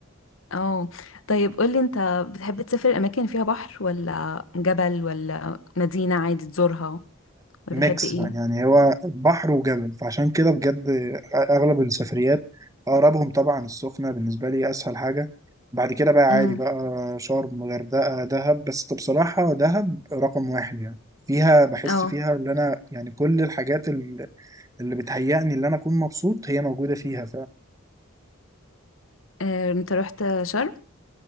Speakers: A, on the left (about 80°); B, on the right (about 15°).
A: اه طيب قولي انت بتحب تسافر الأماكن اللي فيها بحر ولا جبل ولا مدينة عادي تزورها ولا
B: ميكس
A: بتحب ايه
B: بقى، يعني هو بحر وجبل فعشان كده بجد اغلب السفريات اقربهم طبعا السخنه بالنسبه لي اسهل حاجه بعد كده بقى عادي
A: امم
B: بقى شرم غردقه دهب بس بصراحه دهب رقم واحد يعني فيها بحس
A: اه
B: فيها ان انا يعني كل الحاجات ال- اللي بتهيأني ان انا اكون مبسوط هي موجوده فيها
A: آه، انت رحت شرم